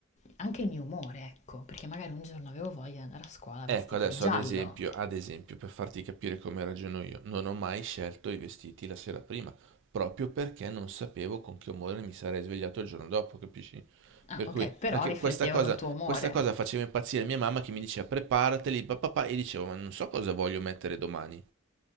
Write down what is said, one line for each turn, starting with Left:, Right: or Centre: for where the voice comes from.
Left: anche il mio umore, ecco, perché magari un giorno avevo voglia di andare a scuola
Right: Ecco,
Left: vestita
Right: adesso
Left: di giallo.
Right: ad esempio, ad esempio, per farti capire come ragiono io, non ho mai scelto i vestiti la sera prima, proprio perché non sapevo con che umore mi sarei svegliato il giorno dopo, capisci?
Left: Ah,
Right: Per
Left: ok,
Right: cui
Left: però
Right: anche
Left: riflettevano
Right: questa cosa,
Left: il tuo umore.
Right: questa cosa faceva impazzire mia mamma che mi diceva preparateli, papà, e dicevo, ma non so cosa voglio mettere domani.